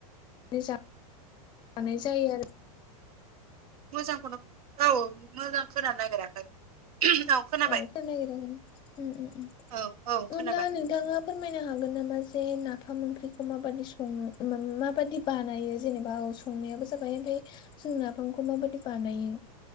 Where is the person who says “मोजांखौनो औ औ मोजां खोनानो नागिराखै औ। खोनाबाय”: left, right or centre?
Right